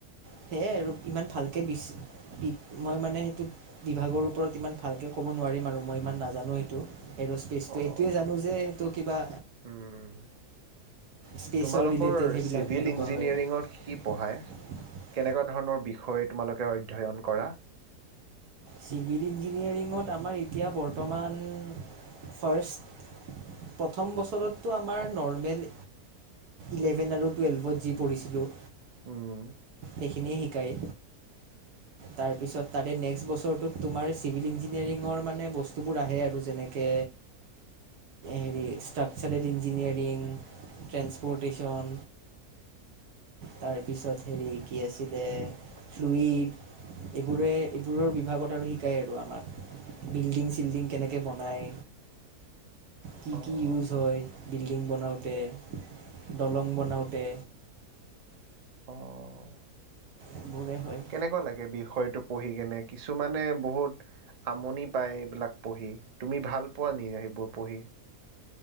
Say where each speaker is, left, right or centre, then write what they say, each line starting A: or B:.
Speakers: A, on the right; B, on the right.
A: সেয়ে আৰু ইমান ভালকে বেছি, মই মানে সেইটো বিভাগৰ ওপৰত ইমান ভালকে ক'ব নোৱাৰিম আৰু মই ইমান নাজানো সেইটো। এৰোস্পেচটো
B: অঁ
A: এইটোৱে জানো যে সেইটো কিবা,
B: হুম।
A: স্পেচৰ
B: তোমালোকৰ
A: ৰিলেটেড সেইবিলাক
B: চিভিল
A: কেনেকুৱা
B: ইঞ্জিনিয়াৰিঙত
A: হয় আৰু।
B: কি কি পঢ়ায় কেনেকুৱা ধৰণৰ বিষয় তোমালোকে অধ্যয়ন কৰা?
A: চিভিল ইঞ্জিনিয়াৰিত আমাৰ এতিয়া বৰ্তমান ফাৰ্ষ্ট, প্ৰথম বছৰতটো আমাৰ নৰ্মেল ইলেভেন আৰু টোৱেলপ যি পঢ়িছিলোঁ।
B: হুম,
A: সেইখিনিয়ে শিকায়। তাৰপিছত তাৰে নেক্সট বছৰ তোমাৰ চিভিল ইঞ্জিনিয়াৰিঙৰ মানে বস্তুবোৰ আহে আৰু যেনেকে, হেৰি ষ্ট্ৰাকচাৰেল ইঞ্জিনিয়াৰিং ট্ৰেসপৰ্টেশচন। তাৰপিছত হেৰি কি আছে <unintelligible> এইবোৰে এইবোৰৰ বিভাগত আৰু শিকায় আৰু আমাক। বিল্ডিং, - চিল্ডিং কেনেকে বনাই? কি
B: অঁ
A: কি? ইউজ হয় বিল্ডিং বনাওঁতে দলং বনাওঁতে।
B: অহ।
A: এইবোৰে হয়
B: কেনেকুৱা লাগে বিষয়টো পঢ়ি কেনে কিছুমানে বহুত আমনি পাই এইবিলাক। পৰি তুমি ভালোৱা নি এইবোৰ পঢ়ি?